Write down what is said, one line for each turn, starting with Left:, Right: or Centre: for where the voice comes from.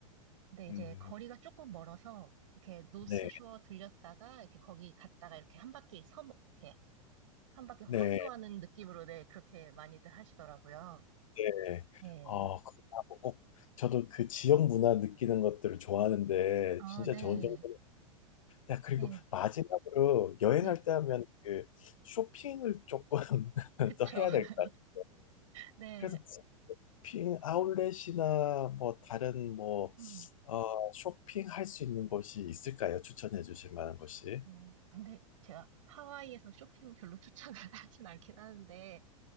Right: 근데 이제
Left: 음,
Right: 거리가 조금 멀어서 이렇게 노스쇼어
Left: 네,
Right: 들렸다가 이렇게 거기 갔다가 이렇게 한 바퀴 섬, 이렇게 한 바퀴 환도하는
Left: 네,
Right: 느낌으로 네, 그렇게 많이들 하시더라고요.
Left: 네.
Right: 네.
Left: 어, 그렇다고 꼭 저도 그 지역 문화 느끼는 것들을 좋아하는데
Right: 아,
Left: 진짜
Right: 네.
Left: 좋은 정도 야, 그리고
Right: 네.
Left: 마지막으로 여행할
Right: 네.
Left: 때 하면 그 쇼핑을 조금 <laughs>
Right: 그쵸.
Left: 더 해야
Right: <laughs>
Left: 될 것 같아요.
Right: 네.
Left: 그래서 쇼핑 아울렛이나 뭐 다른 뭐
Right: 음.
Left: 어, 쇼핑할 수 있는 곳이 있을까요? 추천해 주실 만한 곳이?
Right: 어, 근데 제가 하와이에서 쇼핑은 별로 추천을 <laughs> 하진 않긴 하는데,